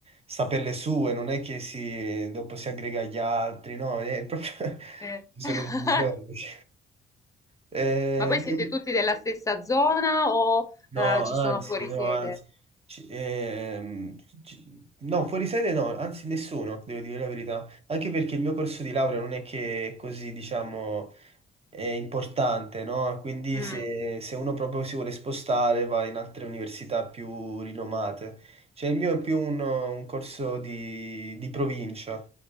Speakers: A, on the right; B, on the left.
A: sta per le sue, non è che si, dopo si aggrega agli altri, no? È proprio... <laughs>
B: Eh.
A: Ci sono
B: <laughs>
A: divisioni. <laughs> Eh,
B: Ma poi siete
A: voi-
B: tutti della stessa zona o
A: No,
B: eh, ci sono
A: anzi,
B: fuori
A: no,
B: sede?
A: anzi. Ci- ehm, ci- no, fuori sede no, anzi nessuno, devo dire la verità. Anche perché il mio corso di laurea non è che è così, diciamo, è importante, no? Quindi
B: Mm.
A: se, se uno proprio si vuole spostare va in altre università più rinomate. Cioè il mio è più un, un corso di, di provincia,